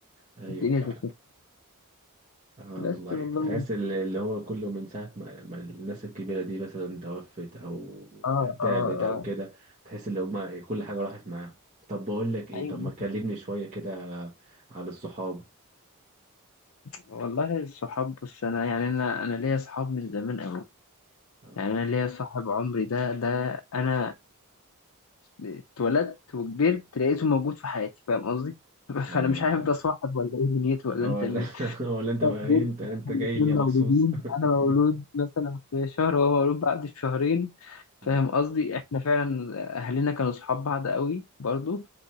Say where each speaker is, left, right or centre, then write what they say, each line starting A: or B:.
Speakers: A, on the right; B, on the left.
A: ايوه
B: الدنيا
A: فعلا
B: زي
A: اه
B: بس
A: والله
B: والله
A: تحس ال- اللي هو كله من ساعة ما ما الناس الكبيرة دي مثلا توفت أو
B: اه
A: تعبت
B: اه
A: أو
B: اه
A: كده تحس اللي هما كل حاجة راحت معاهم طب بقول لك إيه
B: ايوه
A: طب ما تكلمني شوية كده على الصحاب
B: والله الصحاب بص انا يعني انا انا ليا صحاب من زمان قوي
A: اه
B: يعني انا ليا صاحب عمري ده ده انا اتولدت وكبرت لقيته موجود في حياتي فاهم قصدي <laughs>
A: أي
B: فانا مش
A: والله
B: عارف ده صاحب ولا ايه دنيته ولا
A: اه
B: انت
A: ولا
B: مين
A: <laughs> ولا أنت بقى
B: جدا
A: إيه أنت أنت
B: احنا
A: جاي
B: الاتنين
A: لي
B: مولودين
A: مخصوص <laughs>
B: انا مولود مثلا في شهر وهو مولود بعد بشهرين فاهم
A: آه.
B: قصدي احنا فعلا اهلنا كانوا صحاب بعض قوي برضو